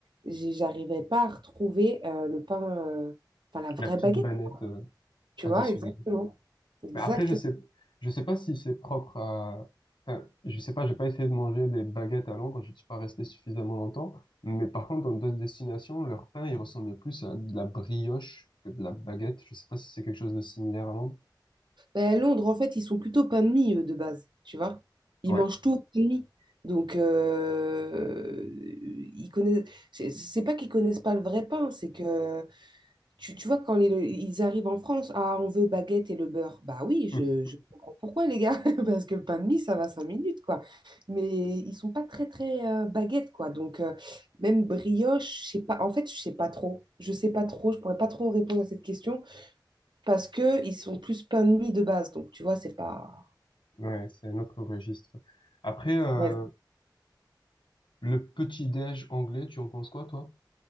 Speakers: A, on the right; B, on the left.
A: J'ai- J'arrivais pas à retrouver euh, le pain, euh, enfin la
B: la
A: vraie
B: petite
A: baguette,
B: banette, euh, traditionnelle.
A: tu vois, exactement. Exact.
B: Mais après, je sais, je sais pas si c'est propre à. Enfin, je sais pas, j'ai pas essayé de manger des baguettes à Londres, je suis pas resté suffisamment longtemps. Mais par contre, dans d'autres destinations, leur pain, il ressemblait plus à de la brioche que de la baguette. Je sais pas si c'est quelque chose de similaire à Londres.
A: Mais à Londres, en fait, ils sont plutôt pain de mie, eux, de base, tu vois. Ils
B: Ouais,
A: mangent tout au pain de mie. Donc, euh, ils connaissent... c'est c'est pas qu'ils connaissent pas le vrai pain, c'est que Tu, tu vois, quand les- ils arrivent en France, ah, on veut baguette et le beurre. Bah oui, je,
B: <laughs>
A: je comprends pourquoi, les gars, <laughs> parce que le pain de mie, ça va cinq minutes, quoi. Mais ils sont pas très, très euh, baguette, quoi. Donc, euh, même brioche, je sais pas, en fait, je sais pas trop. Je sais pas trop, je pourrais pas trop répondre à cette question parce que ils sont plus pain de mie de base. Donc, tu vois, c'est pas.
B: ouais, c'est un autre registre. Après, euh,
A: Ouais,
B: le petit-déj anglais, tu en penses quoi, toi?